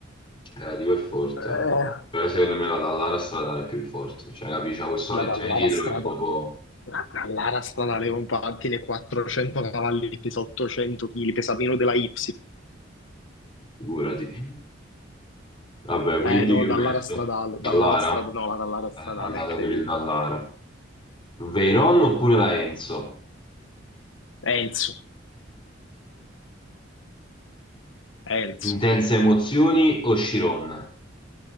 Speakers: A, on the left (about 25°); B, on the left (about 70°).
A: Relativo e forte.
B: eh,
A: Però secondo me la Dallara stradale è più forte. Cioè, capisci, c'ha questo alettone
B: la Dallara
A: dietro
B: Stradale,
A: che è proprio...
B: la Dallara Stradale, compa, tiene 400 cavalli, pesa 800 kg, pesa meno della Y.
A: Figurati. Vabbè, quindi
B: Eh, no,
A: che
B: Dallara
A: metto?
B: Stradale,
A: Dallara?
B: Dallara Stradale, no, la Dallara Stradale
A: Eh, Andata
B: è incredibile.
A: per il Dallara. Veyron oppure la Enzo?
B: Enzo, Enzo.
A: Intense emozioni o Chiron?